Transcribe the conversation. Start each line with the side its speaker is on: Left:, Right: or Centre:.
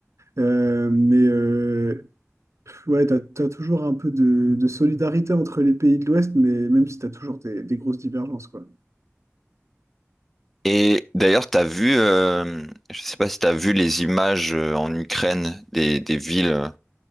Right: Euh, mais euh, Ouais, t'as, t'as toujours un peu de, de solidarité entre les pays de l'Ouest, mais même si t'as toujours des, des grosses divergences, quoi.
Centre: Et d'ailleurs, t'as vu, euh, je sais pas si t'as vu les images euh, en Ukraine des, des villes euh,